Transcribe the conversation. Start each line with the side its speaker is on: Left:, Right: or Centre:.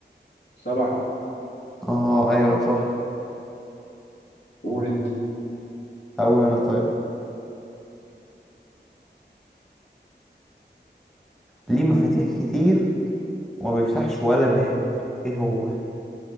Left: سبعة
Centre: اه ايوه صح
Left: قول انت
Centre: اقول انا طيب ليه مفاتيح كتير وما بيفتحش ولا باب ايه هو